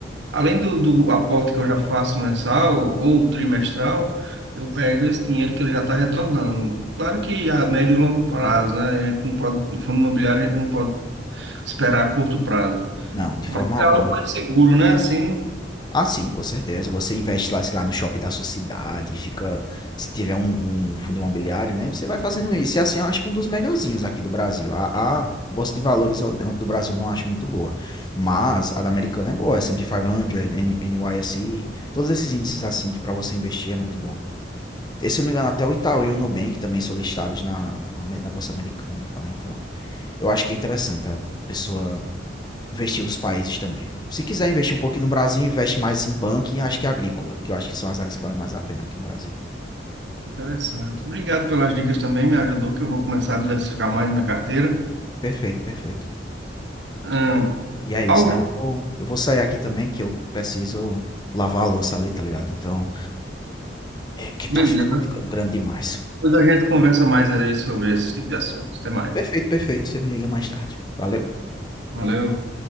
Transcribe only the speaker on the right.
além do, do aporte que eu já faço mensal ou trimestral, eu pego esse dinheiro que ele já está retornando. Claro que a médio e longo prazo, né? A gente não pode, fundo imobiliário a gente não pode esperar a curto prazo.
Mas
é
algo mais seguro, né? Assim,
Interessante. Obrigado pelas dicas também, me ajudou, que eu vou começar a diversificar mais minha carteira.
Hum,
algo...
Beleza.
Depois a gente conversa mais aí sobre esse tipo de assuntos. Até mais.
Valeu.